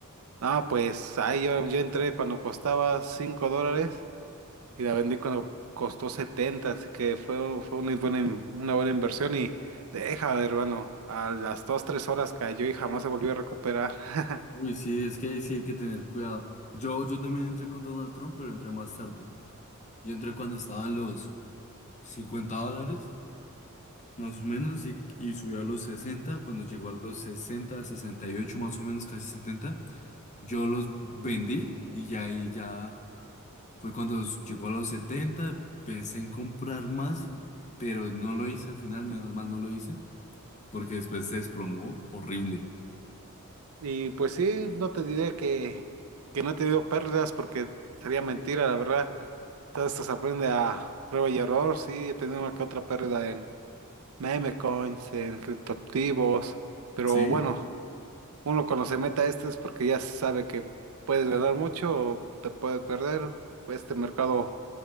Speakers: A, on the right (about 70°); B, on the left (about 35°).
A: No, pues ahí yo, yo entré cuando costaba 5 dólares y la vendí cuando costó 70, así que fue, un- fue una buena, in- una buena inversión y deja, de hermano, a las 2 3 horas cayó y jamás se volvió a recuperar. <laughs>
B: Uy, sí, es que ahí sí hay que tener cuidado. Yo, yo también entré con Donald Trump, pero entré más tarde. Yo entré cuando estaban los 50 dólares, más o menos, y, y subió a los 60 cuando llegó a los sesenta sesenta y ocho más o menos, casi setenta Yo los vendí y ya ahí ya fue cuando s- llegó a los setenta pensé en comprar más, pero no lo hice al final, menos mal no lo hice, porque después se desplomó horrible.
A: Y pues sí, no te diré que, que no he tenido pérdidas porque sería mentira, la verdad. Todo esto se aprende a prueba y error, sí, he tenido una que otra pérdida en meme coins, en criptoactivos, pero
B: Sí,
A: bueno. Uno cuando se meta a esto es porque ya sabe que puedes ganar mucho o te puede perder. Pues este mercado